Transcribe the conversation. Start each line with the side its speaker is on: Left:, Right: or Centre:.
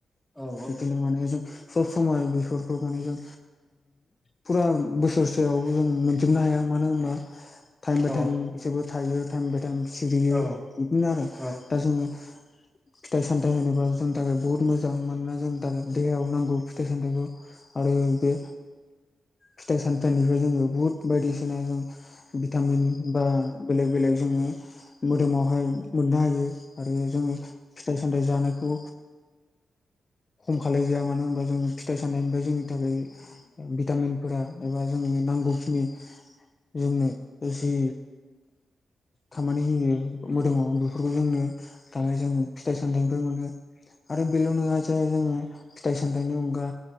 Centre: औ
Left: बिदिनो माने जों सब समाय बेफोर खौ माने जों फुरा बोसोरसेयावम जों मोनजुबनो हाया मानोहोनबा टाइम
Centre: औ
Left: बाय टाइम बिसोरबो थायो दाम सिरियो
Centre: औ
Left: बिदिनो आरो
Centre: औ
Left: दा जोंङो फिथाइ सामथाइ होनोबा जोंनि थाखाय बुहुत मोजां मानोना जोंनि थाखाय दैयाव नांगौ फिथाइ सामथायखौ आरो बे फिथाइ सामथाइनिफ्राय जोंङो बुहुत बायदिसिना जों भिटामिन बा बेलेग बेलेग जों जोंङो मोदोमावहाय मोननो हायो आरो जोंङो फिथाइ सामथाइ जानायखौ खम खालाय जाया मानो होनबा जों फिथाइ सान्नायनिफ्राय जोंनि थाखाय भिटामिनफोरा एबा जोंनि नांगौखिनि जोंनो जि खामानि होयो मोदोमाव बेफोरखौ जोंनो दालाय जों फिथाइ सामथायनिबो मोनो आरो बेल' नङा जे जोङो फिथाइ सामथाइनि अनगा